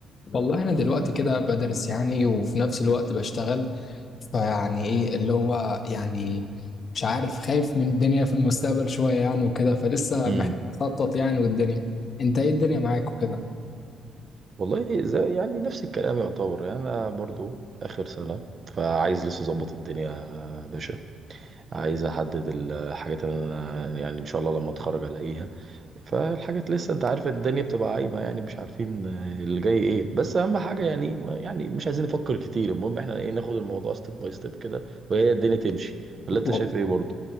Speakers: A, on the left (about 50°); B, on the right (about 40°).
A: والله انا دلوقتي كده بدرس يعني وفي نفس الوقت بشتغل فيعني ايه اللي هو يعني مش عارف خايف من الدنيا في المستقبل شوية يعني وكده فلسه
B: امم
A: محتاج اخطط يعني والدنيا انت ايه الدنيا معاك وكده
B: والله زي يعني نفس الكلام يعتبر يعني انا برضو اخر سنه فعايز لسه اظبط الدنيا يا باشا عايز احدد الحاجات اللي انا يعني ان شاء الله لما اتخرج الاقيها فالحاجات لسه انت عارف الدنيا بتبقى عايمه يعني مش عارفين اللي جاي ايه بس اهم حاجه يعني يعني مش عايزين نفكر كتير المهم احنا ايه ناخد الموضوع ستيب باي ستيب كده وهي الدنيا تمشي ولا انت
A: وال-
B: شايف ايه برضو